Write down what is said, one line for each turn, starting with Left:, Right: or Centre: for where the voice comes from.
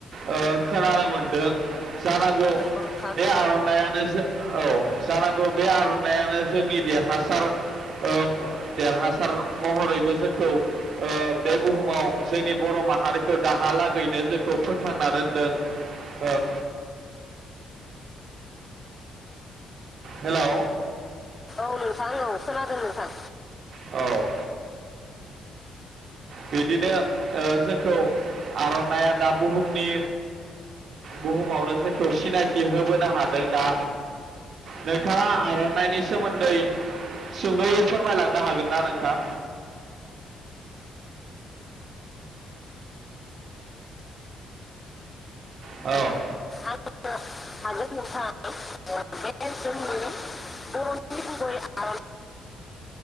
Right: ओ खोनानो मोनदों जानांगौ
Left: नंगौ
Right: बे
Left: नोंथां
Right: आर'नायानो जो औ जानांगौ बे आर'नाय आनो जोंनि देरहासार औ देरहासार महरैबो जोंखौ ओ बे बुहुमाव जोंनि बर' माहारिखौ दाहालागैनो जोंखौ फोथांना दोनदों औ। हेलौ
Left: औ नोंथां औ खोनादों नोंथां
Right: औ बिदिनो जोंखौ आरनाइ आ दा बुहुमनि बुहुमावनो जोंखौ सिनायथि होबोनो हादों दा नोंथाङा आरनाइनि सोमोन्दै सुंदयै फोरमायलांनो हागोन ना नोंथां? औ
Left: आं हागोन नोंथां। बे जोंनि बर'नि गुबै आर'नाइ